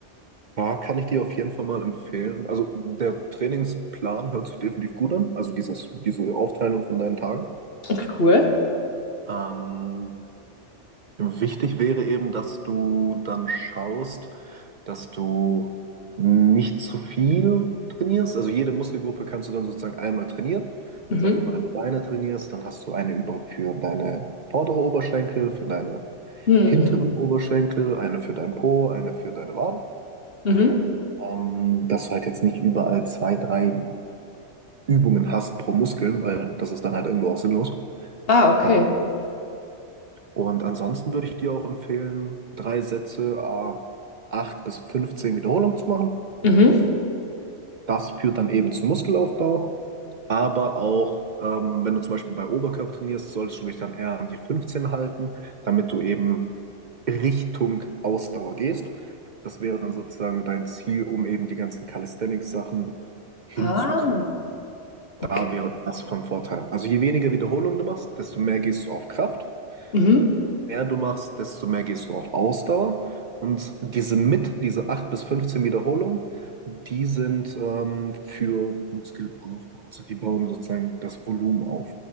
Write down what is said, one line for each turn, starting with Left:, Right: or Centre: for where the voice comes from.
Right: Ja, kann ich dir auf jeden Fall mal empfehlen. Also der Trainingsplan hört sich definitiv gut an, also dieses, diese Aufteilung von deinen Tagen.
Left: Okay, cool.
Right: Ähm, wichtig wäre eben, dass du dann schaust, dass du nicht zu viel trainierst. Also jede Muskelgruppe kannst du dann sozusagen einmal trainieren.
Left: Mhm.
Right: Sagen wir mal, wenn du Beine trainierst, dann hast du eine Übung für deine vordere Oberschenkel, für deine
Left: Mhm,
Right: hinteren
Left: mhm,
Right: Oberschenkel, eine für deinen Po, eine für deine Waden.
Left: mhm.
Right: Ähm, dass du halt jetzt nicht überall zwei, drei Übungen hast pro Muskeln, weil das ist dann halt irgendwo auch sinnlos.
Left: Ah, okay.
Right: Ähm, und ansonsten würde ich dir auch empfehlen, drei Sätze, äh, 8 bis 15 Wiederholungen zu machen.
Left: Mhm.
Right: Das führt dann eben zum Muskelaufbau. Aber auch, ähm, wenn du zum Beispiel bei Oberkörper trainierst, solltest du dich dann eher an die 15 halten, damit du eben Richtung Ausdauer gehst. Das wäre dann sozusagen dein Ziel, um eben die ganzen Calisthenics-Sachen hinzukriegen.
Left: Ah, okay.
Right: Da wäre das von Vorteil. Also je weniger Wiederholungen du machst, desto mehr gehst du auf Kraft.
Left: Mhm.
Right: Je mehr du machst, desto mehr gehst du auf Ausdauer. Und diese mit, diese 8 bis 15 Wiederholungen, die sind ähm, für Muskelaufbau. Also die bauen sozusagen das Volumen auf.